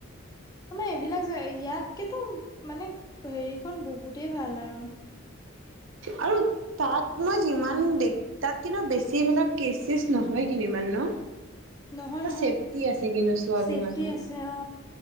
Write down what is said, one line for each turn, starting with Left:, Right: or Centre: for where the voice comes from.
Left: আমাৰ এইবিলাক জেগা ইয়াতকেতো মানে হেৰিখন বহুতেই ভাল আৰু।
Right: আৰু তাত মই যিমান দেখি তাত কিন্তু বেছি বিলাক কেচ -চেছ নহয় কিন্তু ইমান ন?
Left: নহয়
Right: ত'চেফটি
Left: নহয়
Right: আছে কিন্তু ছোৱালী
Left: চেফটি
Right: মানুহ।
Left: আছে অ